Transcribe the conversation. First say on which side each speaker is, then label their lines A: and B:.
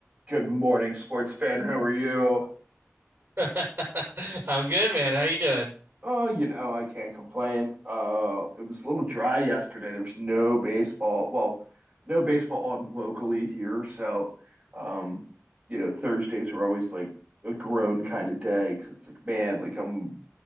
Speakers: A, on the right; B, on the right.
A: Good morning, sports fan. How are you?
B: <laughs> I'm good, man. How you doing?
A: Oh, you know, I can't complain. Uh, it was a little dry yesterday. There was no baseball. Well, no baseball on locally here, so um, you know, Thursdays are always like a grown kind of day because it's like, man, like I'm,